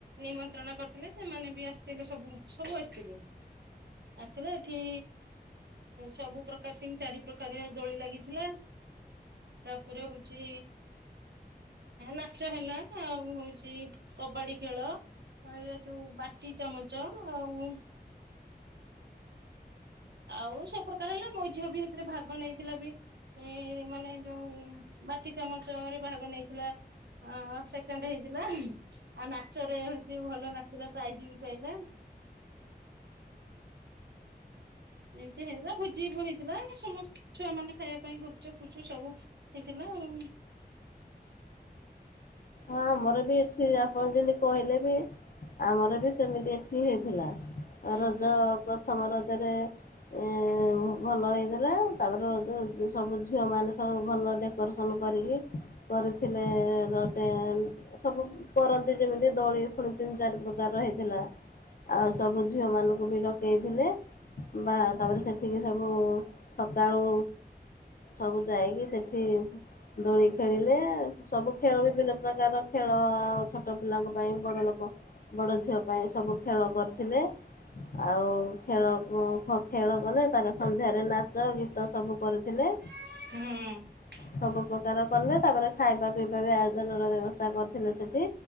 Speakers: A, on the right (about 80°); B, on the left (about 60°).
A: ନିମନ୍ତ୍ରଣ କରିଥିଲେ ସେମାନେ ବି ଆସିଥିଲେ ସବୁ ସବୁ ଆସିଥିଲେ ଆସିଲ ଏଠି ସବୁ ପ୍ରକାର ତିନ ଚାରି ପ୍ରକାର ଦୋଳି ଲାଗିଥିଲା ତାପରେ ହଉଛି ନାଚ ହେଲା ଆଉ ହଉଛି କବାଡି ଖେଳ ଯୋଉ ବାଟି ଚାମଚ ଆଉ ଆଉ ସବୁ ପ୍ରକାର ହେଲା ମୋ ଝିଅ ବି ସେଥିରେ ଭାଗ ନେଇଥିଲା ବି ମାନେ ଯୋଉ ବାଟି ଚାମଚରେ ଭାଗ ନେଇଥିଲା ସେକେଣ୍ଡ ହେଇଥିଲା ଆଉ ନାଚରେ ହଉଛି ଭଲ ନାଚିଲା ପ୍ରାଇଜ ବି ପାଇଲା। ଏମତି ହେଇଥିଲା ଭୋଜି ବି ହେଇଥିଲା ସମସ୍ତ ଛୁଆ ମାନେ ଖାଇବା ପାଇଁ ଗୁପଚୁପ୍ ଫୁପଚୁପ୍ ସବୁ ହେଇଥିଲା ଆଉ।
B: ହଁ ଆମର ବି ଏଠି ଆପଣ ଯେମିତି କହିଲେ ବି ଆମର ବି ସେମିତି ଏଠି ହେଇଥିଲା। ରଜ
A: ଓହୋ।
B: ପ୍ରଥମ ରଜରେ ଉଁ ଉଁ ଭଲ ହେଇଥିଲା ତାପରେ ରଜ ସବୁ ଝିଅମାନେ ସବୁ ଭଲ ଡେକୋରେସନ କରିକି କରିଥିଲେ ଏଁ ଏଁ। ପରନ୍ତି ଯେମିତି ଦୋଳି ପୁଣି ତିନି ଚାରି ପ୍ରକାର ର ହେଇଥିଲା ଆଉ ସବୁ ଝିଅ ମାନଙ୍କୁ ବି ଡକା ପକେଇଥିଲେ ବା ତାପରେ ସେଠିକି ସବୁ ସକାଳୁ ସବୁ ଯାଇକି ସେଠି ଦୋଳି ଖେଳିଲେ ସବୁ ଖେଳ ବିଭିନ୍ନ ପ୍ରକାର ତ ପିଲାଙ୍କ ପାଇଁ ବଡ଼ ଲୋକ ବଡ଼ ଝିଅ ପାଇଁ ସବୁ ଖେଳ କରିଥିଲେ ଆଉ ଖେଳ ଖେଳ କଲେ ତାର ସନ୍ଧ୍ୟାରେ ନାଚ ଗୀତ ସବୁ କରିଥିଲେ।
A: ହୁଁ।
B: ସବୁ ପ୍ରକାର କଲେ ତାପରେ ଖାଇବା ପିଇବା ବି ଆୟୋଜନ ର ବ୍ୟବ କରିଥିଲେ ସେଠି